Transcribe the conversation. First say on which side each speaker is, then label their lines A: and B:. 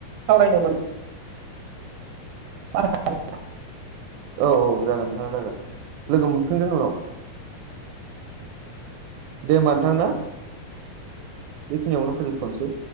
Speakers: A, on the right (about 70°); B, on the right (about 80°).
A: सावरायनो मोनो। आरो
B: औ औ जागोन नोंथा जागोन लोगो मोनफिनगोन उनाव दे होमबा नोंथां ना। बेखिनियावनो फोजोबथ'नोसै।